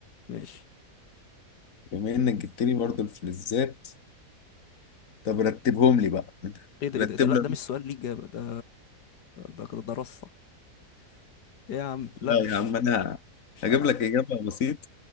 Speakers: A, on the left; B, on the left.
A: ماشي
B: بما إنك جبت لي برضه الفلزات طب رتبهم لي بقى
A: ايه ده ايه
B: رتب
A: ده, إيه ده لا
B: لي
A: ده مش سؤال ليه اجابه ده ده ده, ده رصه إيه يا عم لا
B: لا
A: مش
B: يا عم أنا
A: مش
B: هجيب
A: هلعب
B: لك إجابة بسيطة